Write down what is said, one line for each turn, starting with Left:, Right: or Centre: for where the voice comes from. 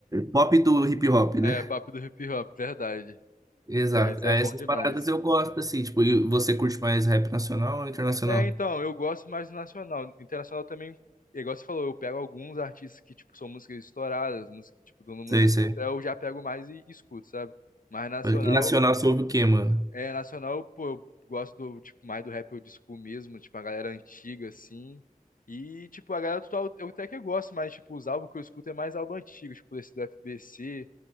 Right: Pop do hip hop, né?
Left: É, papo do hip hop, verdade.
Right: Exato.
Left: Mas é
Right: Aí
Left: bom
Right: Essas
Left: demais.
Right: paradas eu gosto, assim. Tipo, e você curte mais rap nacional ou internacional?
Left: É, então, eu gosto mais do nacional. Internacional também, igual você falou, eu pego alguns artistas que, tipo, são músicas estouradas, músicas que, tipo, todo mundo
Right: Sei,
Left: escuta,
Right: sei.
Left: eu já pego mais e escuto, sabe? Mas nacional
Right: E nacional você ouve o quê, mano?
Left: É, nacional, pô, eu gosto do, tipo, mais do rap old school mesmo, tipo, a galera antiga, assim. E, tipo, a galera atual eu até que gosto, mas, tipo, os álbuns que eu escuto é mais álbum antigo, tipo, esse do FBC,